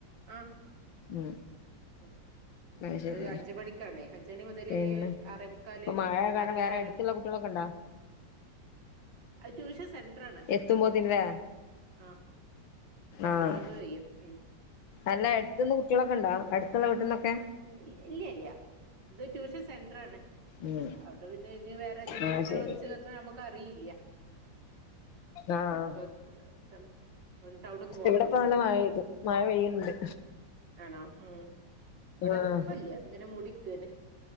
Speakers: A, on the right; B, on the left.
A: ആഹ്
B: ഉം
A: <unintelligible>
B: അത് ശരി
A: ഏഹ് അഞ്ച് മണിക്കാണേ അഞ്ച് മണി മുതല്
B: പിന്നെ
A: ഒര് ഏഴ് ആറേമുക്കാല്
B: ഇപ്പൊ മഴ കാരണം
A: ആറര
B: വേറെ
A: ആറേ
B: അടുത്തുള്ള
A: മു
B: കുട്ടികളൊക്കെ ഉണ്ടോ
A: അത് ട്യൂഷൻ സെൻഡ്രാണ്
B: എത്തുമ്പോത്തിന്ല്ലേ
A: ആഹ് മരുബാങ്ക്
B: ആഹ്
A: കഴിയും ഉം
B: അല്ല എഴുതുന്ന കുട്ടികളൊക്കെണ്ടോ അട്ത്തുള്ള വീട്ട്ന്നക്കെ
A: ഇൽ ഇല്ല്യല്ല ഇത് ട്യൂഷൻ സെൻട്രാണ്.
B: ഉം
A: അതുപിന്നെ ഇനി വേറേതെങ്കിലും
B: ആഹ്
A: കുട്ടികള്
B: ശരി
A: വന്ന്‌ ചേർന്ന നമ്മക്ക് അറിയില്യ
B: ആഹ്
A: ഉപ്പെത്തു ത്തും <unintelligible> ടൗവുണിക്ക് പോണം
B: ഇവിടെപ്പ
A: കൊറച്ച്
B: നല്ല മഴ പെയ്തു മഴ പെയ്യുന്നുണ്ട്
A: ആണോ ഉം ഇവിടെ
B: ആഹ്
A: ഇപ്പൊ ഇല്ലിയ ഇങ്ങനെ മുടിക്കേന്